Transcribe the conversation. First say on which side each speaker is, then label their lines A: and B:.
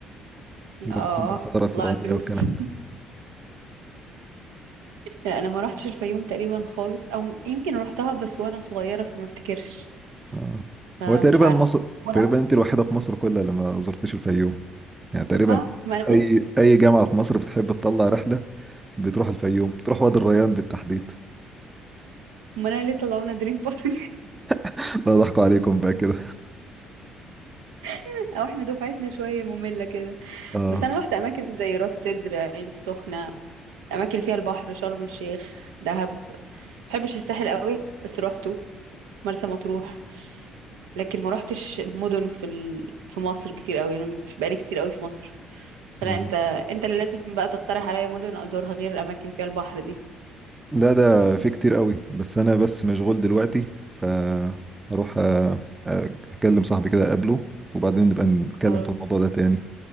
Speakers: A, on the right; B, on the right.
A: لو
B: اه
A: بتحب الحضارة الفرعونية
B: الله على الفلوس
A: والكلام
B: <laughs>
A: ده
B: لا انا ما روحتش الفيوم تقريبا خالص او يمكن روحتها بس وانا صغيره فما افتكرش
A: آه.
B: فمش
A: هو تقريبا
B: عارفه
A: مصر
B: ولا
A: تقريبا
B: أعرف،
A: انت الوحيدة في مصر كلها اللي ما زرتش الفيوم يعني تقريبا
B: صح ما انا بص
A: اي اي جامعة في مصر بتحب تطلع رحلة بتروح الفيوم بتروح وادي الريان بالتحديد
B: ما انا ليه طلعونا دريم بارك
A: <laughs> لا ضحكوا عليكم بقى كده
B: <laughs> او احنا دفعتنا شويه ممله كده
A: اه
B: بس انا روحت اماكن زي راس سدر عين السخنه الاماكن اللي فيها البحر شرم الشيخ دهب بحبش الساحل قوي بس روحته مرسى مطروح لكن ما روحتش مدن في ال... في مصر كتير قوي انا مش بقالي كتير قوي في مصر فلا
A: آه.
B: انت انت اللي لازم بقى تقترح عليا مدن ازورها غير الاماكن اللي فيها البحر دي
A: لا ده في كتير قوي بس انا بس مشغول دلوقتي فاروح آه، اكلم صاحبي كده اقابله وبعدين نبقى نتكلم
B: خلاص
A: في الموضوع ده تاني